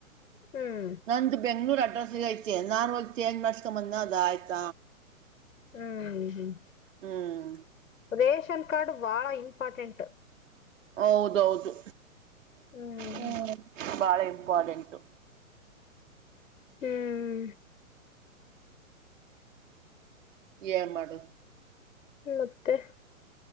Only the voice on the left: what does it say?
ಹ್ಮ್
ಊ ಹ್ಮ್
ರೇಷನ್ ಕಾರ್ಡ್ ಬಾಳ ಇಂಪಾರ್ಟೆಂಟ್.
ಹ್ಮ್
ಹ್ಮ್
ಮತ್ತೆ